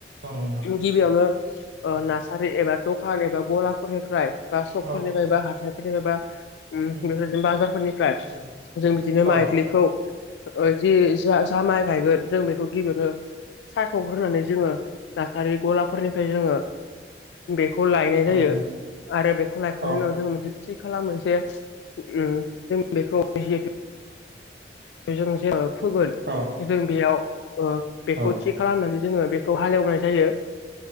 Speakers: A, on the right; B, on the left.
A: औ नोंथां
B: गिबियावनो ओ नार्सारि एबा दखान एबा गलाफोरनिफ्राय बा सकफोरनिफ्राय
A: औ
B: बा हाथाय निफ्रायबा बेफोरदिनो
A: औ नोंथां औ उम
B: बाजारफोरनिफ्राय
A: अ
B: जों बिदिनो
A: औ
B: माइग्लिखौ जि जा जा माइ गायगोन जों बेखौ गिबियावनो सायख'ग्रोनानै जोङो नार्सारि गलाफोरनिफ्राय जोङो बेखौ लायनाय
A: औ
B: जायो
A: नोंथां
B: आरो बेखौ लायखांनायनि
A: औ
B: उनाव जोङो मोनसे थि खालामो जे उम जों बेखौ जिहेथु बेजों जोङो फोगोन
A: औ
B: जों बेयाव ओ बेखौ
A: औ
B: थि खालामनानै जोङो बेखौ हालेवनाय जायो